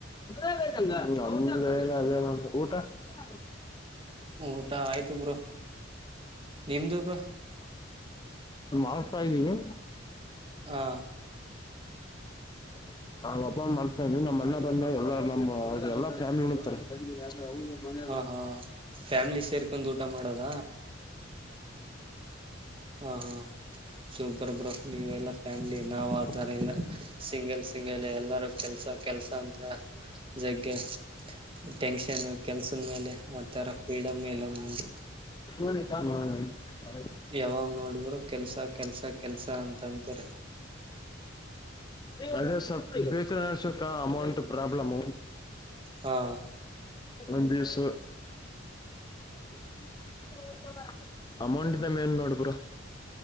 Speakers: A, on the left; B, on the right.
A: ನಮ್ <unintelligible> ಮೇಲೆ <unintelligible> ಊಟ
B: ಊಟ ಆಯ್ತು ಬ್ರೊ ನಿಮ್ದು ಬ್ರೊ
A: ಮಾಡ್ತಾ ಇದ್ದೀವಿ.
B: ಹಾಂ
A: <unintelligible> ಮಾಡ್ತಾಯಿದೀನಿ ನಮ್ಮ ಅಣ್ಣ ಬಂದ ಎಲ್ಲ ನಮ್ ಅವ್ರರು ಎಲ್ಲ ಫ್ಯಾಮ್ಲಿ ಉಣ್ತಾರೆ. ಹೌದು ಮನೆಯವ್ರು
B: ಹ ಹಾ ಫ್ಯಾಮಿಲಿ ಸೇರ್ಕೊಂದು ಊಟ ಮಾಡೋದ. ಹ ಹಾ ಸೂಪರ್ ಬ್ರೊ ನೀವೆ ಎಲ್ಲ ಫ್ಯಾಮ್ಲಿ ನಾವ್ ಅತರ ಇಲ್ಲ ಸಿಂಗಲ್ ಸಿಂಗಲ್ ಎಲ್ಲಾರ ಕೆಲ್ಸ ಕೆಲ್ಸ ಅಂತ ಜಗ್ಗೆ ಟೆನ್ಷನ್ ಕೆಲ್ಸದ ಮೇಲೆ ಆತರ ಫ್ರೀಡಮ್ ಇಲ್ಲ ಹಂಗೆ
A: <unintelligible> ಹ
B: ಯಾವಾಗ ನೋಡಿದ್ರು ಕೆಲ್ಸ ಕೆಲ್ಸ ಕೆಲ್ಸ ಅಂತ ಅಂತಾರೆ
A: ಅದು ಸ್ವಲ್ಪ್ <unintelligible> <unintelligible> ಅಮೌಂಟ್ ಪ್ರಾಬ್ಲಮು
B: ಹಾಂ
A: ಒಂದ್ ಬಿಸು <unintelligible> ಅಮೌಂಟ್ದೆ ಮೇನ್ ನೋಡು ಬ್ರೊ.